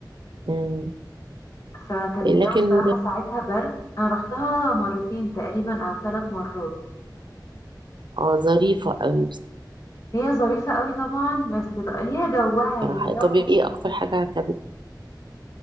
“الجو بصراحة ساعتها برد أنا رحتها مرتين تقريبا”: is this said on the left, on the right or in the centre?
Left